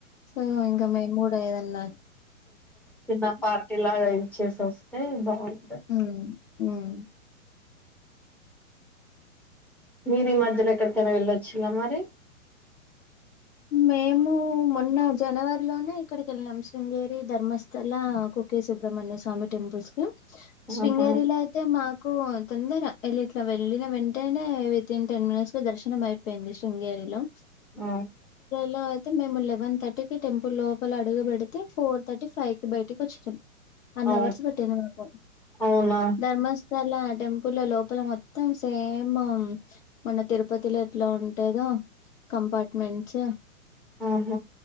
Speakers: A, on the left (about 65°); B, in the centre.
A: సో ఇంక మేమ్ కూడ లేదన్న
B: చిన్నా పార్టీలాగా చెస్ ఇచ్చేసి వస్తే బావుంటద్
A: హ్మ మ్మ్
B: మీరు ఈ మధ్యలో ఎక్కడికైనా వెలొచీనా మరి
A: మేము మొన్న జనవరిలోనే ఇక్కడికి వెళ్ళినామ్ శృంగేరి ధర్మస్థల కుక్కే సుబ్రహ్మణ్య స్వామి టెంపుల్స్ శృంగేరిలో
B: ఆహా
A: అయితే మాక్ కు తొందర ఎల్లి ఇట్లా వెళ్ళిన వెంటేనే వితిన్ టెన్ మినిట్స్ లో దర్శనం అయిపోయింది శృంగేరిలో
B: ఆ
A: లో అయితే మేము లెవెన్ థర్టీి కి టెంపుల్ లోపల అడుగు పెడితే ఫోర్ థర్టీ ఫైవ్ కి బయటికి వచ్చినాం అన్వర్స్
B: అవు
A: పట్టింది మాకు
B: అవునా
A: ధర్మస్థ సర్లే ఆ టెంపుల్ లోపల మొత్తం సేమ్ మన తిరుపతిలో ఎట్లా ఉంటదో కంపార్ట్మెంట్ చ
B: ఆహ